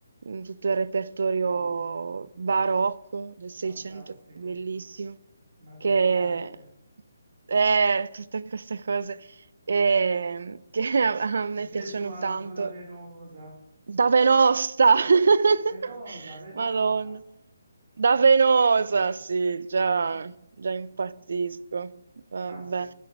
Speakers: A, on the right (about 65°); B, on the right (about 45°).
A: mm, tutto il repertorio
B: bellissimo,
A: barocco del Seicento,
B: fantastico.
A: è bellissimo,
B: Madrigale,
A: che è tutte queste cose ehm, che <laughs> a a me
B: Gesualdo
A: piacciono tanto.
B: da Venosa.
A: Da Venosta! <laughs>
B: Ah, Venosa, Venosa.
A: Madonna. Da Venosa, sì, già,
B: <laughs>
A: già impazzisco. Vabbè.
B: Cavolo.